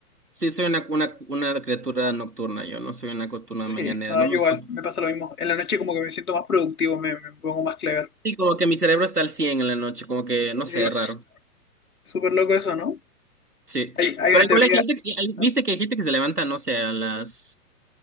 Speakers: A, on the right (about 85°); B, on the left (about 65°).
A: sí, soy una, una, una criatura nocturna, yo no soy una criatura
B: Sí,
A: mañanera,
B: no,
A: no
B: yo
A: me
B: igual,
A: gusta.
B: me pasa lo mismo. En la noche como que me siento más productivo, me, me pongo más clever.
A: Sí, como que mi cerebro está al cien en la noche, como que,
B: Sí,
A: no sé, es raro.
B: súper loco eso, ¿no?
A: Sí.
B: Hay, hay
A: Pero
B: una
A: igual
B: teoría.
A: hay gente, que- hay-
B: ¿no?
A: viste que hay gente que se levanta, no sé, a las